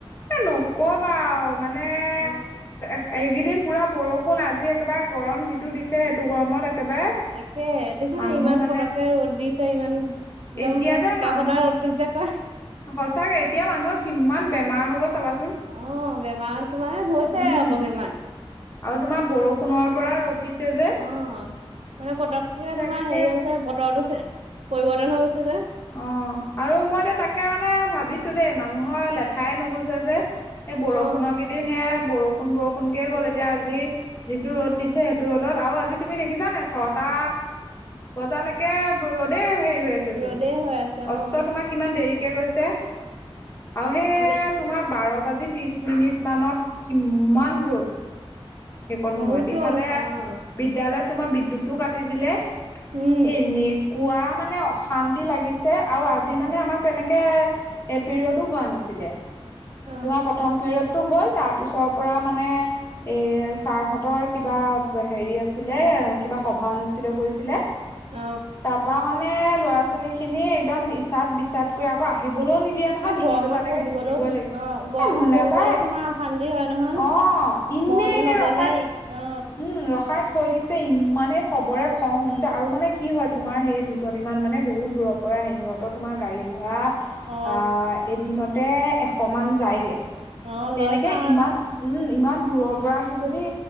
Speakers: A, on the left; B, on the right.
A: এ নকবা আও মানে
B: অ
A: এ এইকেইদিন পোৰা বৰষুণ আজি একেবাৰে গৰম যিটো দিছে সেইটো গৰমত একেবাৰে
B: তাকে দেখা
A: মানুহ
B: নাই ইমান
A: মানে
B: পটককে ৰ'দ দিছে ইমান একদম
A: এতিয়া
B: মানে
A: যে
B: টিকা
A: মানুহ,
B: ফটা ৰ'দ বুলি যে কয়
A: সচাকে এতিয়া মানুহৰ কিমান বেমাৰ হব চাবাচোন
B: অ', বেমাৰত তোমাৰ হৈছে
A: উম
B: আকৌ বেমাৰ।
A: আৰু তোমাৰ বৰষুণৰ। পৰা ৰ'দ দিছে। যে
B: অ মানে পটককে
A: তাকে
B: তোমাৰ হেৰি হৈছে বতৰতো পৰিৱৰ্তন হৈ গৈছে। যে
A: অ আৰু মই এতিয়া তাকে মানে ভাবিছো দেই মানুহৰ লেঠাই নুগোছে যে। এই বৰষুণৰ
B: অ
A: কেইদিন সেয়া বৰষুণ বৰষুণ কে গ'ল এতিয়া আজি। যিহেটো ৰ'দ দিছে, সেইটো ৰ'দত আৰু আজি তুমি দেখিছা নে ছটা, বজাৰৈকে ৰ'দেই হেৰি হৈ আছে
B: ৰ'দেই
A: চুন।
B: হৈ আছে অ
A: অস্ত তোমাৰ কিমান দেৰিকে গৈছে। আৰু সেই
B: আমি
A: তোমাৰ বাৰৰ বাজি ত্ৰিশ মিনিট মানত কিমান ৰ'দ। সেইকণ
B: বহুত
A: সময়ত, ইফালে
B: ৰ'দ আছে অ
A: বিদ্য়ালয়ত তোমাৰ বিদ্যুৎ ও কাটি দিলে,
B: উম
A: এনেকুৱা মানে অশান্তি লাগিছে আৰু আজি মানে আমাক তেনেকে এ পিৰিয়ডো হোৱা নাছিলে।
B: অ
A: তোমাৰ প্ৰথম পিৰিয়ডটো হল, তাৰ পিছৰ পৰা মানে এ ছাৰহঁতৰ কিবা হেৰি আছিলে, কিবা সভা অনুষ্ঠিত কৰিছিলে।
B: অ
A: তাৰ পৰা মানে ল'ৰা -ছোৱালী খিনি একদম ইচাদ বিচাদ কৰি আকৌ আহিব। আহিবলৈও নিদিয়া নহয়,
B: আৰু
A: তিনি
B: গৰমত
A: বজালৈকে
B: পঢ়িবলৈও
A: থাকিবই
B: তো
A: লাগিব।
B: অ গৰমত
A: এ ম
B: পঢ়িবলৈও
A: নাযায়
B: তোমাৰ অশান্তি হয় নহয়
A: অ অ এনেই
B: মনো
A: এনে
B: নবহে
A: ৰখাই,
B: অ
A: উম ৰখাই থৈ দিছে ইমানে চবৰে খং
B: উম
A: উঠিছে, আৰু মানে কি হয়। তোমাৰ সেই দুজনী মান বহুত দূৰ পৰা আহে। সিহতৰ তোমাৰ গাড়ী ভাড়া,
B: অ
A: আহ এদিনতে এশ মান যায়গে।
B: অ
A: তেনেকে
B: লয়তো আৰু
A: ইমান উম ইমান দূৰৰ পৰা আহি যদি